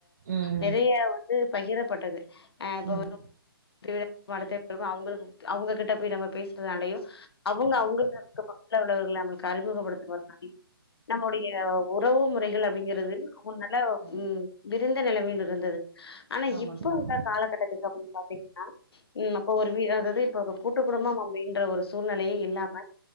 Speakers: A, on the right; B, on the left.
A: ம்
B: நெறைய வந்து பகிரப்பட்டது அ இப்ப
A: ம்
B: வந்து அவங்களுக்கு அவங்க கிட்ட போய் நம்ம பேசுறது நாலையையு அவங்க அவங்க பக்த்துல உள்ளவர்களை நமக்கு அறிமுகப்படுத்வதாலயும் நம்முடைய உறவு முறைகள் அப்படிங்கிறது முந்நல்ல
A: ம்
B: உ எந்த நிலமையில் இருந்தது ஆனா
A: ஆமா
B: இப்ப
A: தோழி
B: உள்ள காலகட்டத்துக்கு அப்படின்னு பாத்தீங்க ம் அப்ப ஒரு வீ அதாவது இப்ப ஒரு கூட்டு குடும்பம் அப்படின்ற ஒரு சூழ்நிலையே இல்லாம